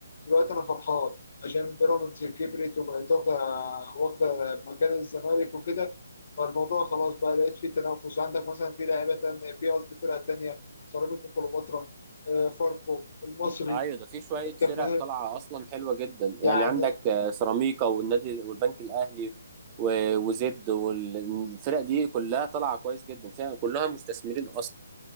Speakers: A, on the left (about 50°); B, on the right (about 25°).
A: دلوقتي انا فرحان عشان بيراميدز كبرت وبقت واخده واخده مكان الزمالك وكده فالموضوع خلاص بقى لقيت فيه تنافس عندك مثلا في لعيبه تانية في قصدي فرقه تانية سيراميكا كليوباترا آه، فاركو المصري
B: ايوه ده في شويه
A: انت
B: فرق
A: فاهم
B: طالعه اصلا حلوه جدا
A: يعني
B: يعني عندك آه، سيراميكا والنادي والبنك الاهلي و- وزد والفرق دي كلها طالعه كويس جدا فيها كلها مستثمرين اصلا